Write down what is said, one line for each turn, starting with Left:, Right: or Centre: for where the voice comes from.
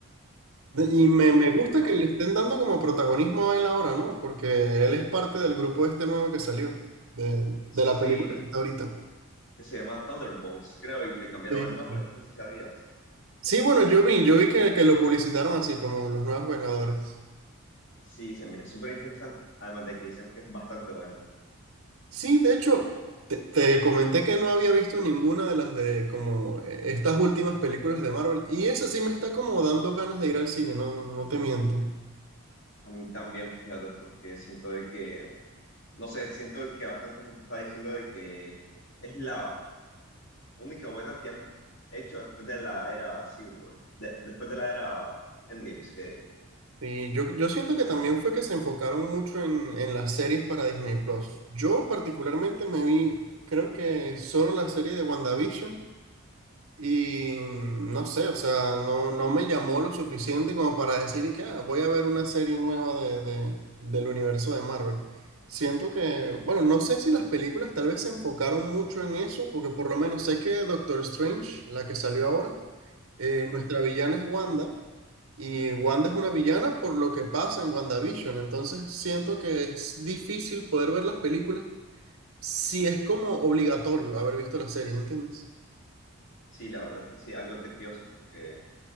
Right: De- Y
Left: Entonces,
Right: me, me gusta
Left: ajá.
Right: que le estén dando como protagonismo a él ahora, ¿no? Porque él es parte del grupo este nuevo que salió, de,
Left: Sí,
Right: de
Left: sí,
Right: la película que está ahorita.
Left: que se llama Thunderbolts, creo, y le cambiaron
Right: Sí.
Left: el nombre,
Right: sí.
Left: no sé si sabías.
Right: Sí, bueno, yo vi, yo vi que, que lo publicitaron así, como los nuevos Vengadores.
Left: Sí, se mira súper interesante, además de que dicen que es bastante bueno.
Right: Sí, de hecho, te, te comenté que no había visto ninguna de las de como eh, estas últimas películas de Marvel. Y esa sí me está como dando ganas de ir al cine, no, no te miento.
Left: A mí también, fíjate, porque siento de que, no sé, siento que bastante gente está diciendo de que es la única buena que han hecho después de la era Civil War, de- después de la era Endgames, que diga.
Right: Sí, yo, yo siento que también fue que se enfocaron mucho en, en las series para Disney Plus. Yo particularmente me vi, creo que solo la serie de WandaVision. Y mm, no sé, o sea, no, no me llamó lo suficiente como para decir que "Ah, voy a ver una serie nueva de, de- del universo de Marvel. Siento que, bueno, no sé si las películas tal vez se enfocaron mucho en eso, porque por lo menos sé que Doctor Strange, la que salió ahora, eh,
Left: Ajá.
Right: nuestra villana es Wanda, y Wanda es una villana por lo que pasa en WandaVision, entonces siento que es difícil poder ver las películas si es como obligatorio haber visto las series, ¿entiendes?
Left: Sí, la verdad es que sí, algo tequioso porque